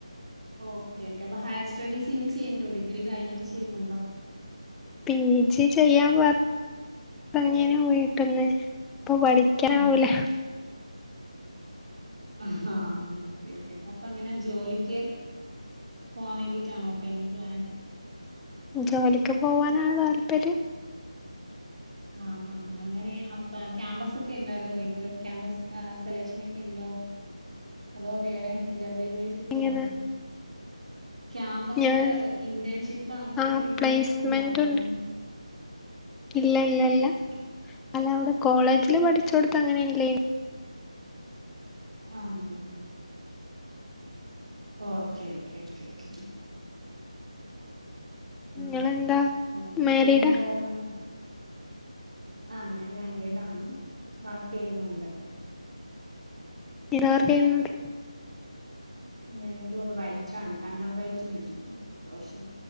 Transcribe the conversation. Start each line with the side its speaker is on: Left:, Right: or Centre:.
Right: ഓക്കെക്കെ. അപ്പ ഹയർ സ്റ്റഡീസ് ഇഞ്ഞ് ചെയ്യിണ്ടോ ഡിഗ്രി കഴിഞ്ഞിട്ട് ചെയ്യണൊ. എന്ത
Centre: പി ജി ചെയ്യാൻ പറഞ്ഞ്. പഞ്ഞീനു വീട്ട്ന്ന്. ഇപ്പം പഠിക്ക്യാവൂല.
Right: ആഹ് ആഹ് പിന്നെ അപ്പങ്ങനെ ജോലിക്ക്. പോവാൻ വേണ്ടിട്ടാണോ ഇപ്പ ഇനി. നി പ്ലൻ
Centre: ജോലിക്ക് പോകാനാണ് താല്പര്യം
Right: ആഹ് ആ അങ്ങനെ അ ക്യാമ്പസ് ഒക്കെ ഇണ്ടായിരുന്നു ഇക്ക് ക്യാമ്പസ് സെലക്ഷൻ ഒക്കെ ഇണ്ടോ. അതോ വേറെ ഇന്റർവ്യൂ വഴി സെറ്റ്
Centre: ഇങ്ങനെ
Right: ചെയ്യാനാണൊ. ക്യാമ്പസില്
Centre: ഞാൻ
Right: ഇന്റേൺഷിപ്പ് അങ്ങനെ
Centre: ആ
Right: എന്തെങ്കിലും
Centre: പ്ലേസ്മെന്റ്
Right: ഇണ്ടായിരുന്നോ
Centre: ഇല്ലല്ലല്ല.
Right: ഓക്കെ
Centre: അല്ല ഔടെ കോളേജില് പഠിച്ചെ കൊടുത്ത് അങ്ങനെല്ല
Right: ആഹ് ഉം ഓക്കെ ഓക്കെ ഓക്കെ ഉ <unintelligible>
Centre: നിങ്ങളെന്താ മാരീഡാ
Right: പിന്നെ എന്തായിരുന്നു ആഹ് ഞാൻ മെരേഡാണ് വർക്ക് ചെയ്യുന്നുണ്ട്
Centre: എന്തിനാ വർക്ക് ചെയ്യുന്നത്
Right: ഞാനൊരു റൈറ്റർ ആണ് കണ്ണൺ റൈറ്റിനാണ് റോഷിം